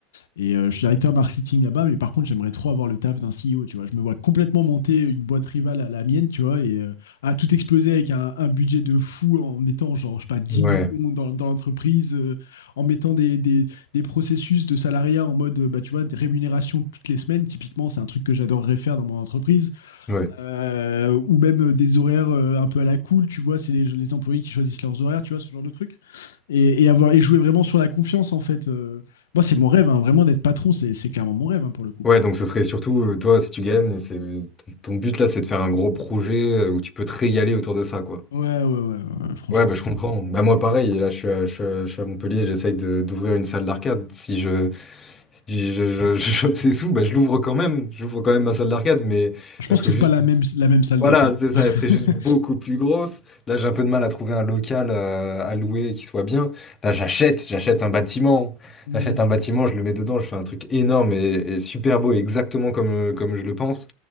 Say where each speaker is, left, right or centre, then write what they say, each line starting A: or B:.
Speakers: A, on the left; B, on the left.
A: Et euh, je suis directeur marketing là-bas, mais par contre, j'aimerais trop avoir le taf d'un CEO, tu vois. Je me vois complètement monter une boîte rivale à la mienne, tu vois, et euh, à tout exploser avec un, un budget de fou en mettant, genre, je sais pas, dix
B: Ouais,
A: millions dans, dans l'entreprise, euh, en mettant des, des- des processus de salariat en mode, euh, bah, tu vois, des rémunérations toutes les semaines. Typiquement, c'est un truc que j'adorerais faire dans mon entreprise.
B: ouais.
A: Euh, ou même euh, des horaires euh, un peu à la cool, tu vois, c'est les, les employés qui choisissent leurs horaires, tu vois, ce genre de truc. Et, et avoir, et jouer vraiment sur la confiance, en fait. euh. Moi, c'est mon rêve, hein, vraiment d'être patron, c'est c'est carrément mon rêve, hein, pour le coup.
B: Ouais, donc ce serait surtout, euh, toi, si tu gagnes, c'est ton but là, c'est de faire un gros projet euh, où tu peux te régaler autour de ça, quoi.
A: Ouais, ouais, ouais, ouais, ouais, franchement.
B: Ouais, bah, je comprends. Bah, moi, pareil, là, je suis à, je suis à- je suis à Montpellier, j'essaye de, d'ouvrir une salle d'arcade. Si je, si je, je, <laughs> je chope ces sous, bah, je l'ouvre quand même. J'ouvre quand même ma salle d'arcade, mais
A: Je pense
B: elle serait
A: que tu
B: juste
A: pas la même, la même salle
B: voilà,
A: d'arcade,
B: c'est
A: tu
B: ça,
A: vois. <laughs>
B: elle serait juste beaucoup plus grosse. Là, j'ai un peu de mal à trouver un local euh, à louer qui soit bien. Là, j'achète, j'achète un bâtiment.
A: Hmm.
B: J'achète un bâtiment, je le mets dedans, je fais un truc énorme et, et super beau, exactement comme, euh, comme je le pense.